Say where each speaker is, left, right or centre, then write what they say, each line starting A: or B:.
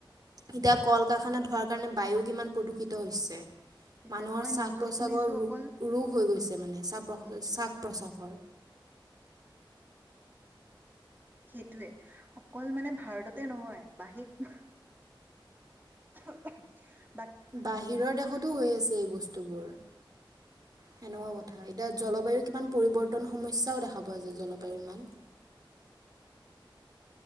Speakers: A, on the right; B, on the right.
A: এতিয়া কল কাৰখানা ধোৱাৰ কাৰণে বায়ু কিমান প্ৰদূষিত হৈছে?
B: সেইটোৱে
A: মানুহৰ
B: মই
A: শ্বাস
B: নিউজত
A: প্ৰ্বাসৰ
B: শুনিছো
A: ৰোগ
B: অকল
A: ৰোগ হৈ গৈছে মানে শ্বাস
B: সেইটো
A: প্ৰশ্বাসৰ।
B: সেইটয়ে, অকল মানে ভাৰততে নহয় বাহিৰ <inaudible>
A: বাহিৰৰ দেশতো হৈ আছে এই বস্তুবোৰ। সেনেকুৱা কথা এতিয়া জলবায়ুৰ কিমান পৰিৱৰ্তন সমস্যাও দেখা পোৱা যায় জলবায়ুৰ ইমান।